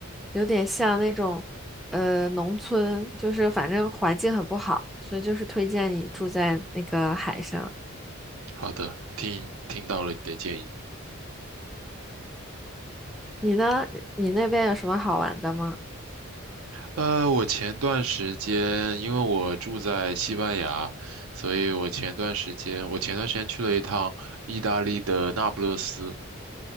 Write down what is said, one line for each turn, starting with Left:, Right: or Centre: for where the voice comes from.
Centre: 有点像那种呃农村，就是反正环境很不好，所以就是推荐你住在那个海上。
Right: 好的，听听到了你的建议。
Centre: 你呢？你那边有什么好玩的吗？
Right: 呃，我前段时间因为我住在西班牙，所以我前段时间我前段时间去了一趟意大利的那不勒斯。